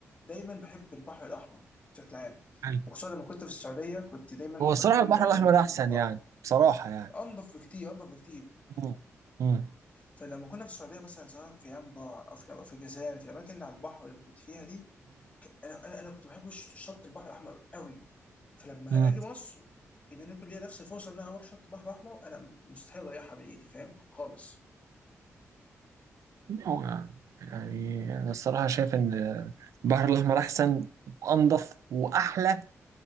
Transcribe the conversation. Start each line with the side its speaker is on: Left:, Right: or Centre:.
Left: دايما بحب البحر الاحمر بشكل عام
Right: حلو.
Left: وخصوصا لما كنت في السعوديه كنت دايما
Right: هو الصراحة
Left: كان كل
Right: البحر
Left: البحر
Right: الأحمر
Left: الموجود
Right: أحسن
Left: بحر
Right: يعني
Left: احمر
Right: بصراحة يعني
Left: انضف بكتير انضف بكتير
Right: مم. مم.
Left: فلما كنا في السعوديه مثلا سواء في ينبع او في أو في الجزائر في الاماكن اللي على البحر اللي كنت فيها دي ك- انا انا أنا كنت بحب الش- شط البحر الاحمر قوي فلما
Right: مم.
Left: اجي مصر ان انا يكون ليا نفس الفرصه ان انا اروح شط البحر الاحمر انا مستحيل اضيعها من ايدي فاهم خالص
Right: هو يعني أنا الصراحة شايف إن البحر الأحمر أحسن وأنضف وأحلى